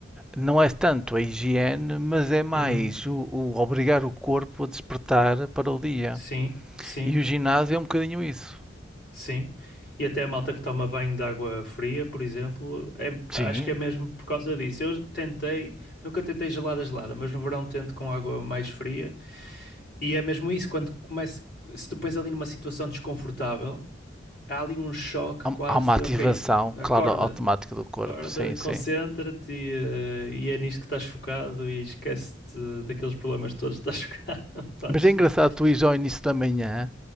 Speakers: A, in the centre; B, on the left.
A: não é tanto a higiene, mas é mais
B: Uhum.
A: o, o obrigar o corpo a despertar para o dia.
B: Sim, sim,
A: E o ginásio é um bocadinho isso.
B: sim. E até a malta que toma banho de água fria, por exemplo, é-
A: Sim,
B: acho que é mesmo por causa disso. Eu tentei, nunca tentei gelada, gelada, mas no verão tento com água mais fria E é mesmo isso, quando começa, se tu pões ali numa situação desconfortável, há ali um choque
A: há
B: quase
A: há uma
B: de,
A: ativação,
B: ok, acorda,
A: claro, automática do corpo,
B: acorda,
A: sim,
B: concentra-te
A: sim.
B: e, eh, e é nisto que estás focado e esquece-te daqueles problemas todos que estás focado <laughs> antes
A: Mas é engraçado
B: disto.
A: tu ires ao início da manhã